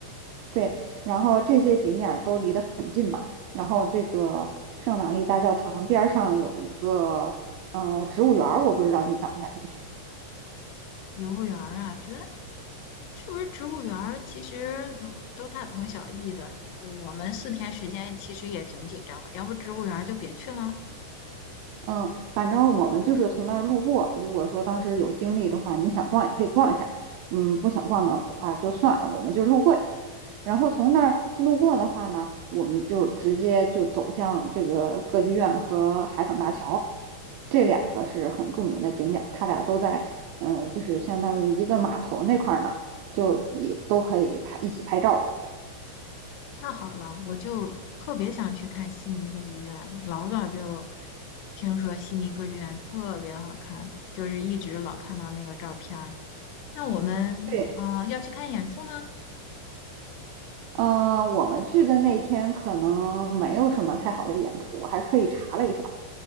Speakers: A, on the right; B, on the left.
A: 对，然后这些景点儿都离得很近嘛，然后这个圣玛丽大教堂边儿上有一个呃植物园儿，我不知道你感不感兴趣。
B: 植物园儿啊。觉得是不是植物园儿其实嗯都大同小异的，我们四天时间其实也挺紧张的，要不植物园儿就别去了。
A: 嗯，反正我们就是从那儿路过。如果说当时有精力的话，你想逛也可以逛一下，嗯，不想逛的话就算了，我们就路过一下。然后从那儿路过的话呢，我们就直接就走向这个歌剧院和海港大桥，这两个是很著名的景点儿，它俩都在，嗯，就是相当于一个码头那块儿呢，就一都可以拍一起拍照的。
B: 太好了，我就特别想去看悉尼歌剧院，老早就听说悉尼歌剧院特别好看，就是一直老看到那个照片儿。那我们啊、
A: 对，
B: 呃要去看演出吗？
A: 嗯，我们去的那天可能没有什么太好的演出，我还特意查了一下。